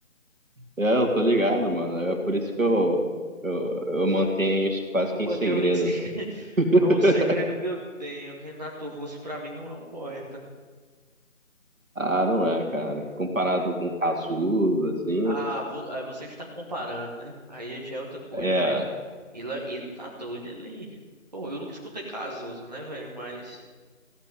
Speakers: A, on the right (about 75°); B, on the right (about 30°).
A: É, eu tô ligado, mano. É por isso que eu, eu, eu mantenho isso quase
B: Mano,
A: que em segredo.
B: também esse <laughs>
A: <laughs>
B: é um segredo que eu tenho. Renato Russo, pra mim, não é um poeta.
A: Ah, não é, cara. Comparado com Cazuza, assim,
B: Ah, vo- ah, você está comparando, né? Aí já é outra coisa,
A: é.
B: mas
A: É,
B: ele, ele tá doido, ele... Bom, eu nunca escutei Cazuza, né, velho? Mas